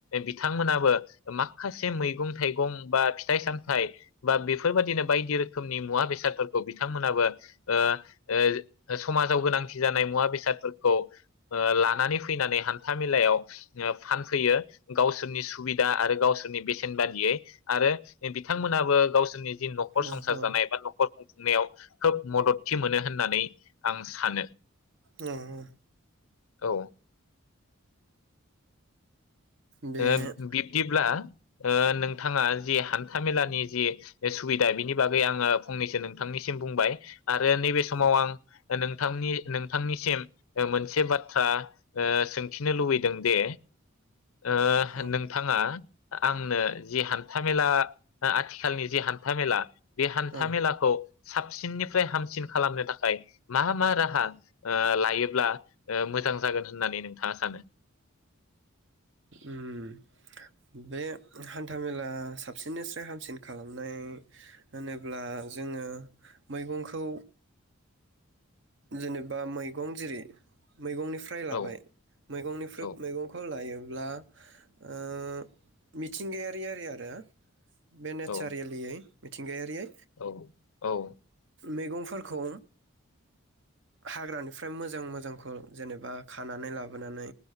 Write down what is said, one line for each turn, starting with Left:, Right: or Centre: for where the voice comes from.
Left: बिथांमोनाबो माखासे मैगं थाइगं बा फिथाइ सामथाइ बा बेफोरबादिनो बायदि रोखोमनि मुवा बेसादफोरखौ बिथांमोनाबो ओ ओ समाजाव गोनांथि जानाय मुवा बेसादफोरखौ ओ लानानै फैनानै न्था मेलायाव ओ फानफैयो गावसोरनि सुबिदा आरो गावसोरनि बेसेन बादियै आरो बिथांमोनाबो गावसोरनि जि नखर
Right: औ
Left: संसार
Right: औ
Left: जानाय बा नखर खुंफुंनायाव खोब मदद थि मोनो होननानै आं सानो।
Right: नंगौ
Left: औ
Right: बे
Left: ओ बिब्दिब्ला ओ नोंथाङा जि हान्था मेलानि ओ जि सुबिदा बिनि बागै आङो फंनैसो नोंथांनिसिम बुंबाय। आरो नैबे समाव
Right: औ
Left: आं नोंथांनि नोंथांनिसिम ओ मोनसे बाथ्रा ओ सोंथिनो लुबैदों दे ओह
Right: औ
Left: नोंथाङा आंनो जि हान्थामेला आ-आथिखालनि जि हान्थामेला बे हान्था
Right: औ
Left: मेलाखौ साबसिननिफ्राय हामसिन खालामनो थाखाय मा मा राहा ओ लायोब्ला ओ मोजां जागोन होननानै नोंथाङा सानो?
Right: उम बे हान्थामेला साबसिननिफ्राय हामसिन खालामनाय होनोब्ला जोङो मैगंखौ जेनेबा मैगं जेरै मैगंनिफ्राय लाबाय
Left: औ
Right: मैगंनिफ्राय
Left: औ
Right: मैगंखौ लायो ब्ला ओ मिथिंगायारि आरि आरो बे नेसारेलियै
Left: औ
Right: मिथिंगायारियै
Left: औ औ
Right: मैगंफोरखौ हाग्रानिफ्राय मोजां मोजांखौ जेनेबा खानानै लाबोनानै